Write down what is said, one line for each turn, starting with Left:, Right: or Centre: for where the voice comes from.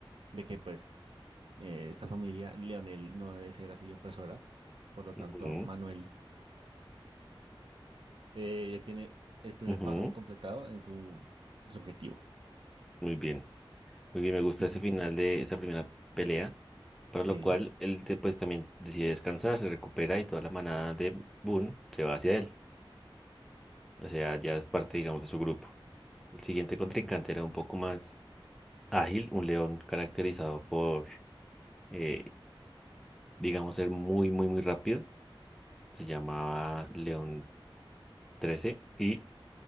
Right: de que, pues, eh, esta familia, Leonel, no debe ser así opresora. Por lo
Centre: Ujú,
Right: tanto, Manuel eh, ya tiene el primer
Centre: ujú,
Right: paso completado en su, en su objetivo.
Centre: muy bien. Muy bien, me gusta
Right: Ujú.
Centre: ese final de esa primera pelea, para lo
Right: Sí,
Centre: cual él de- pues también decide descansar, se recupera y toda la manada de Boone se va hacia él. O sea, ya es parte, digamos, de su grupo. El siguiente contrincante era un poco más ágil, un león caracterizado por, eh, digamos, ser muy, muy, muy rápido. Se llamaba León 13 y